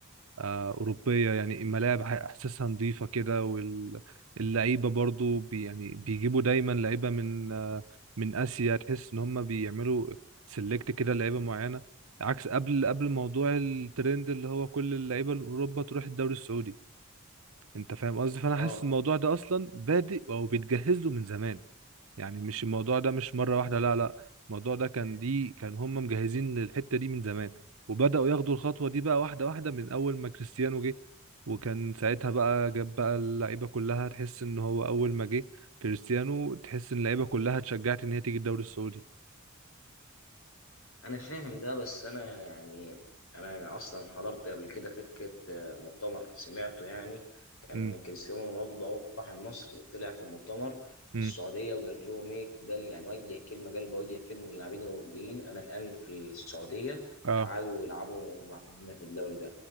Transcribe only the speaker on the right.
آه، أوروبية يعني الملاعب ح- إحساسها نظيفة كده واللعيبة برضو بي يعني بيجيبوا دايما لعيبة من آه، من آسيا تحس إن هم بيعملوا سيلكت كده لعيبة معينة عكس قبل قبل موضوع الترند اللي هو كل اللعيبه الاوروبا تروح الدوري السعودي انت فاهم قصدي فانا
حاسس الموضوع ده اصلا بادئ او بيتجهز له من زمان يعني مش الموضوع ده مش مره واحده لا لا الموضوع ده كان دي كان هم مجهزين للحته دي من زمان وبداوا ياخدوا الخطوه دي بقى واحده واحده من اول ما كريستيانو جه وكان ساعتها بقى جاب بقى اللعيبه كلها تحس ان هو اول ما جه كريستيانو تحس ان اللعيبه كلها اتشجعت ان هي تيجي الدوري السعودي
امم
امم
اه